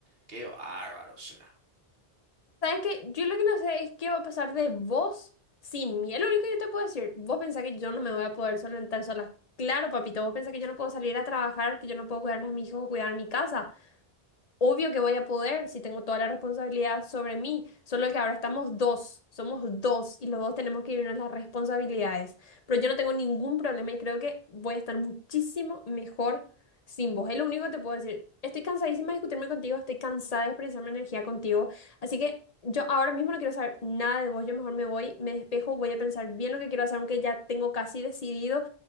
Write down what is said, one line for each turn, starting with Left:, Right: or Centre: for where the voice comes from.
Right: Qué bárbaro será.
Left: ¿Sabes qué? Yo lo que no sé es qué va a pasar de vos sin mí. Es lo único que yo te puedo decir. Vos pensás que yo no me voy a poder solventar sola. Claro, papito, vos pensás que yo no puedo salir a trabajar, que yo no puedo cuidar a mis hijos o cuidar mi casa. Obvio que voy a poder si tengo toda la responsabilidad sobre mí, solo que ahora estamos dos, somos dos y los dos tenemos que irnos las responsabilidades. Pero yo no tengo ningún problema y creo que voy a estar muchísimo mejor sin vos. Es lo único que te puedo decir. Estoy cansadísima de discutirme contigo, estoy cansada de expresar mi energía contigo, así que yo ahora mismo no quiero saber nada de vos, yo mejor me voy, me despejo, voy a pensar bien lo que quiero hacer, aunque ya tengo casi decidido